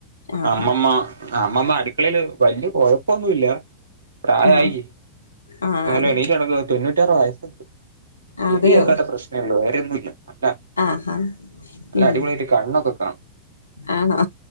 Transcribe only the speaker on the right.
അമ്മമ്മ ആ അമ്മമ്മ അടുക്കളയില് വല്യ കൊഴപ്പൊന്നുല്ല പ്രായായില്ലേ
എന്നാലും
എണീറ്റ് നടക്കും തൊണ്ണൂറ്റാറ് വയസ്സുണ്ട്. ചെവി
കേൾക്കാത്ത പ്രശ്നേള്ളൂ വേറെയൊന്നൂല്ല, അതാ
അല്ല
അടിപൊളിയായിട്ട് കണ്ണൊക്കെ കാണും.